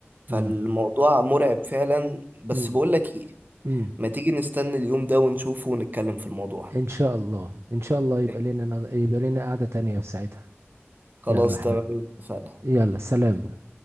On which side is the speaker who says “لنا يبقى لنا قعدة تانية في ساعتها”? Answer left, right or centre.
Right